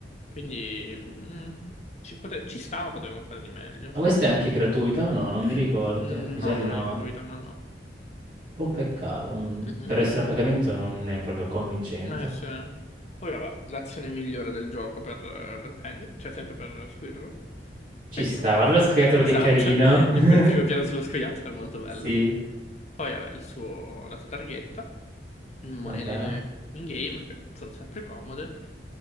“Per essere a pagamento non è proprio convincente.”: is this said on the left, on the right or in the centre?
Right